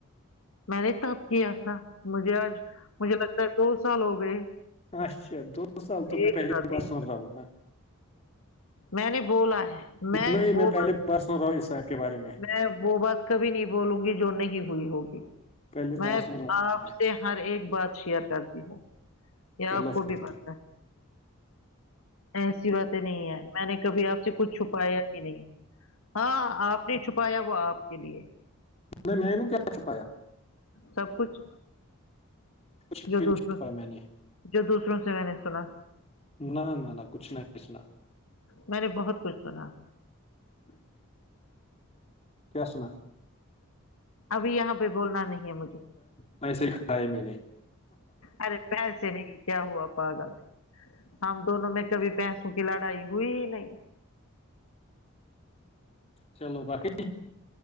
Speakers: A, on the left; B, on the left.
A: میں نے تب کیا تھا مجھے آج مجھے لگتا ہے دو سال ہو گئے
B: اچھا دو سال تو
A: ایک
B: میں پہلے
A: ساتھ
B: بار
A: ایک
B: سن
A: ساتھ
B: رہا ہوں نا
A: میں نے بولا ہے
B: نہیں
A: وہ
B: میں پہلے
A: بات
B: بس نہ رہا ہوں اس کے بارے
A: میں وہ بات کبھی نہیں بولوں گی جو نہیں ہوئی ہوگی
B: پہلے
A: میں
B: بار سن رہا ہوں
A: آپ
B: میں نے۔
A: سے ہر ایک بات شیئر کرتی ہوں یا
B: چلو
A: آپ کو
B: پھر
A: بھی
B: ٹھیک
A: پتہ ہے ایسی باتیں نہیں ہے میں نے کبھی آپ سے کچھ چھپایا نہیں ہاں آپ نے چھپایا وہ آپ کے لیے
B: نہیں م میں نے کیا چ پییا
A: سب کچھ
B: کچھ
A: جو
B: بھی نہیں
A: دوسروں
B: چھپایا میں نے
A: جو دوسروں سے میں نے سنا
B: نہ نہ نہ کچھ نہیں ک اسنا
A: میں نے بہت کچھ سنا
B: <unintelligible> کیا س ننا
A: ابھی یہاں پہ بولنا نہیں ہے مجھے
B: پیسے کھائے میں نے
A: ارے پیسے نہیں کیا ہوا پاگل ہم دونوں میں کبھی پیسوں کی لڑائی ہوئی ہی نہیں
B: چلو باکی